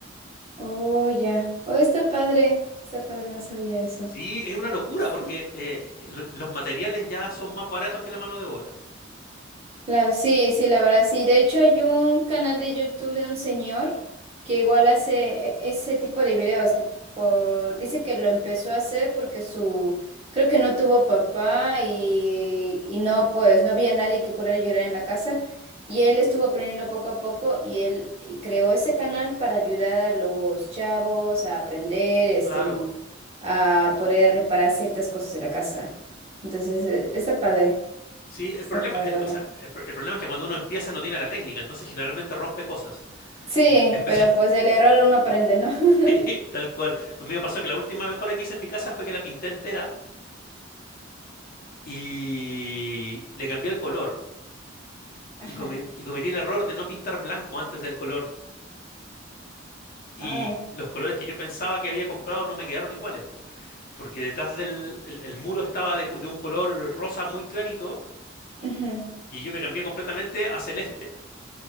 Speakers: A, on the right; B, on the left.
A: Oh, ya. Oh, está padre. Está padre, no sabía eso.
B: Sí, es una locura
A: Sí.
B: porque eh, eh, lo- los materiales ya son más baratos que la mano de obra.
A: Claro, sí, sí, la verdad, sí. De hecho, hay un canal de YouTube de un señor que igual hace e- ese tipo de videos, que por- dice que lo empezó a hacer porque su, creo que no tuvo papá y, y no, pues, no había nadie que pudiera ayudar en la casa. Y él estuvo aprendiendo poco a poco y él y creó ese canal para ayudar a los chavos a aprender, este,
B: Claro.
A: mm, a poder reparar ciertas cosas de la casa. Entonces, eh, está padre,
B: Sí, el
A: está
B: problema,
A: padre,
B: el-
A: la verdad.
B: o sea, el, pr- el problema es que cuando uno empieza no tiene la técnica, entonces generalmente rompe cosas.
A: Sí,
B: En ve- <laughs> en vez
A: pero pues del error uno aprende, ¿no?
B: de-
A: <laughs>
B: <laughs> tal cual. A mí me pasó que la última mejora que hice en mi casa fue que la pinté entera y le cambié el color.
A: Ajá.
B: Y, come- y cometí el error de no pintar blanco antes del color. Y
A: Ah,
B: los colores que yo pensaba que había comprado no me quedaron iguales, po. porque detrás del el, el muro estaba de, cu- de un color rosa muy clarito
A: ujú.
B: Y yo me cambié completamente a celeste.